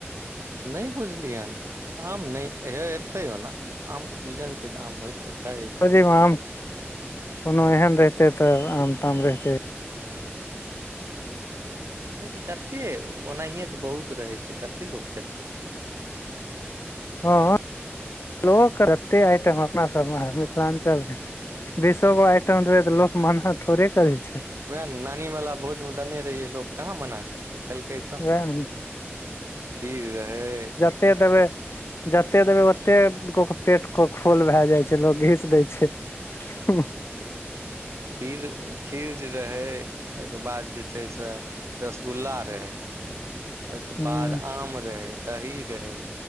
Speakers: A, on the right; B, on the left.
A: नहि बुझलियनि आम नहि हे एतै ओना आम के सीजन छै तऽ आम होयके तऽ चाही
B: खोजी मे आम कोनो एहन रहिते तऽ आम ताम रहतै
A: लेकिन कते ओनाहिए तऽ बहुत रहै छै कतेक लोक खेतै
B: हँ लोक एते आइटम अपना सबमे मिथिलाञ्चलके बीसोगो आइटम देबै तऽ लोक मना थोड़े करै छै
A: वएह नानी वाला भोज में देने रहिय लोग कहाँ मना केलकै खेलकै तऽ
B: वएह ने
A: खीर रहै
B: दे देबै जते देबै ओते गो के पेटके खोल भए जाइ छै लोग घीच दै छै हूंह
A: खीर खीर जे रहै ओके बाद जे छै से रसगुल्ला रहै ओहिके
B: हूँ
A: बाद आम रहै दही रहै